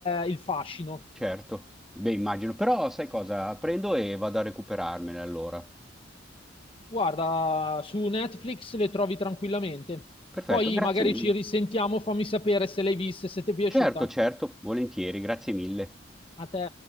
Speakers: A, on the left; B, in the centre.
A: il fascino.
B: certo. Beh, immagino. Però sai cosa? Prendo e vado a recuperarmene allora.
A: Guarda, su Netflix le trovi tranquillamente.
B: Perfetto,
A: Poi
B: grazie
A: magari
B: mille.
A: ci risentiamo, fammi sapere se l'hai vista e se ti è piaciuta.
B: Certo, certo, volentieri, grazie mille.
A: A te.